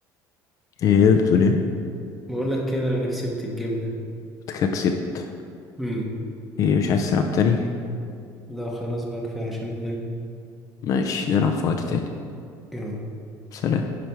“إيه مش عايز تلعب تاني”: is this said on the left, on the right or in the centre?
Left